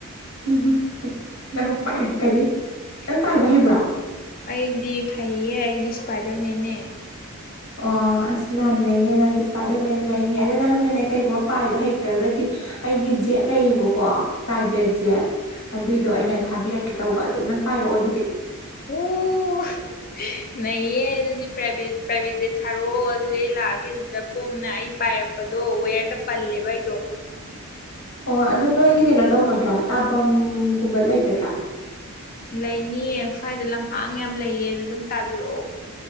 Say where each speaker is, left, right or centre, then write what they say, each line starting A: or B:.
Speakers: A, on the left (about 80°); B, on the left (about 40°).
A: ꯎꯝ ꯅꯪ ꯄꯥꯏꯔꯛꯀꯅꯤ ꯅꯪ ꯄꯥꯏꯕ ꯍꯩꯕ꯭ꯔꯣ
B: ꯑꯩꯗꯤ ꯍꯩꯌꯦ ꯑꯩꯗꯤ ꯏꯁꯄꯥꯏꯗꯔ ꯃꯦꯟꯅꯦ
A: ꯑꯣ ꯑꯁ ꯅꯥꯥ ꯅꯩꯍꯦ ꯅꯪꯗꯤ ꯏꯁꯄꯥꯏꯗꯔ ꯃꯦꯟ ꯅꯩꯍꯦ ꯑꯗ ꯅꯪꯅꯅꯦ ꯀꯩꯒꯨꯝꯕ ꯄꯥꯏꯕ ꯍꯩꯇ꯭ꯔꯒꯗꯤ ꯑꯩꯒꯤ ꯖꯦꯠ ꯂꯩꯌꯦꯕꯀꯣ ꯄ꯭ꯔꯥꯏꯚꯦꯠ ꯖꯦꯠ ꯑꯗꯨꯏꯗꯣ ꯑꯩꯅ ꯊꯥꯕꯤꯔꯛꯀꯦ ꯇꯧꯕ ꯑꯗꯨꯅ ꯅꯪ ꯄꯥꯏꯔꯛꯑꯣ ꯑꯗꯨꯗꯤ
B: ꯑꯣ ꯅꯩꯌꯦ ꯑꯗꯨꯗꯤ ꯄꯔꯥꯏꯚꯦꯠ ꯄꯔꯥꯏꯚꯦꯠ ꯖꯦꯠ ꯊꯥꯔꯛꯑꯣ ꯑꯗꯨꯗꯤ ꯑꯩ ꯂꯥꯛꯑꯒꯦ ꯑꯗꯨꯗ ꯀꯣꯝꯅ ꯑꯩ ꯄꯥꯏꯔꯛꯄꯗꯣ ꯋꯦꯔ ꯌꯥꯝ ꯄꯜꯂꯦꯕ ꯑꯩꯗꯣ
A: ꯑꯣ ꯑꯗꯨ ꯅꯣꯏꯒꯤ ꯀꯩꯅꯣ ꯇꯧꯒꯗ꯭ꯔꯣ ꯇꯥꯕꯝꯒꯨꯝꯕ ꯂꯩꯒꯗ꯭ꯔꯣ
B: ꯂꯩꯅꯤꯌꯦ ꯁ꯭ꯋꯥꯏꯗ ꯂꯝꯍꯥꯡ ꯌꯥꯝ ꯂꯩꯌꯦ ꯑꯗꯨꯗ ꯑꯗꯨꯝ ꯇꯥꯕꯤꯔꯛꯑꯣ